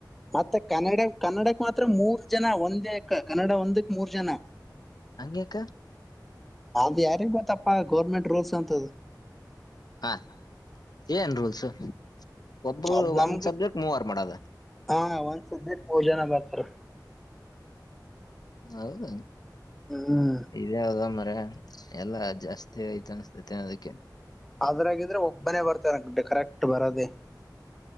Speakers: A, in the centre; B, on the left.
A: ಮತ್ತೆ ಕನ್ನಡ ಕನ್ನಡಕ್ ಮಾತ್ರ ಮೂರ್ ಜನ ಒಂದೇ ಕನ್ನಡ ಒಂದಕ್ ಮೂರ್ ಜನ
B: ಹಂಗಗೆೇಕ
A: ನ ಯಾರಿಿಗೆ ಗತ್ತಪ್ಪಾ ಗೌರ್ಮೆಂಟ್ ರೂಲ್ಸ್ ಅಂತದ
B: ಹಾ ಏನ್ ರೂಲ್ಸ್ ಒಬ್ಬ
A: ಅದ್
B: ಒಂದ್
A: ನಮ್ಗ
B: ಸಬ್ಜೆಕ್ಟ್ ಮೂವರ್ ಮಾಡದ
A: ಹಾ ಒಂದ್ ಸಕ್ ಮೂರ್ ಜನ ಬರ್ತಾರ
B: ಹೌದ
A: ಹ್ಮ್್ಮ
B: ಇದ ಹದ ಮ್ರ ಎಲ್ಲಾ ಜಾಸ್ತಿ ಐ್ತ ಅನ್ಸ್ತೇತಿ ಅನ್ನೋದಕ್ಕೆ
A: ಅದ್ರಾಗಿದ್ರೆ ಒಬ್ಬನೇ ಬರ್ತಾರೆ ಅನ್ಕಂಟೆ ಕರೆಕ್ಟ್ ಬರೋದೆೇ